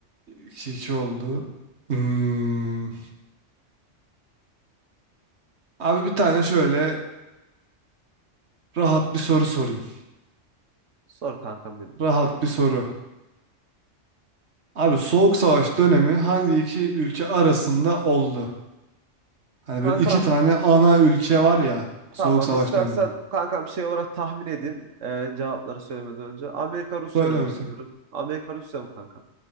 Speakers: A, on the right (about 60°); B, on the right (about 80°).
A: 2-2 oldu. Hmm. Abi bir tane şöyle rahat bir soru sorayım.
B: Sor kankam benim.
A: Rahat bir soru. Abi Soğuk Savaş dönemi hangi iki ülke arasında oldu? Hani
B: Kankam
A: böyle iki tane ana ülke var ya Soğuk
B: tamam.
A: Savaş
B: istersen
A: dönemi.
B: kankam şey olarak tahmin edeyim. Ee, cevapları söylemeden önce. Amerika Rusya
A: Söyle
B: demek
A: bakayım.
B: istiyorum. Amerika Rusya mı kankam?